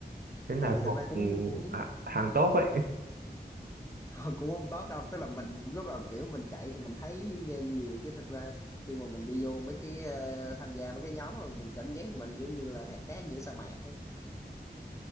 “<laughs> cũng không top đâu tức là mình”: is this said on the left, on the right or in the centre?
Left